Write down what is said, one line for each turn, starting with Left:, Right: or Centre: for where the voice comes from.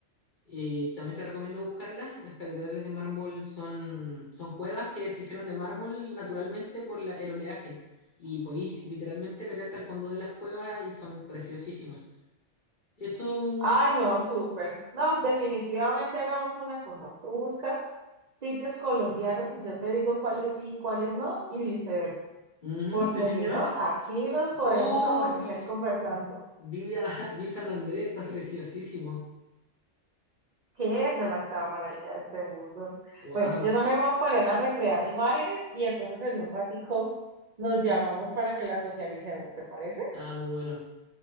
Left: Y también te recomiendo buscarlas. Las catedrales de mármol son, son cuevas que se hicieron de mármol naturalmente por la- el oleaje. Y podís literalmente meterte al fondo de las cuevas y son preciosísimas. Eso,
Right: Ay, no, súper. No, definitivamente hagamos una cosa. Tú buscas sitios colombianos y yo te digo cuáles sí y cuáles no y viceversa.
Left: ujú,
Right: Porque
Left: definitivamente.
Right: si no, aquí nos podemos
Left: Oh,
Right: amanecer
Left: vi,
Right: conversando.
Left: vi, a- <laughs> vi San Andrés, está preciosísimo.
Right: ¿Qué es la maravilla de este mundo?
Left: Wow,
Right: Pues yo también me voy a poner a recrear imágenes y entonces en un ratico nos llamamos para que las socialicemos, ¿te parece?
Left: está muy bueno.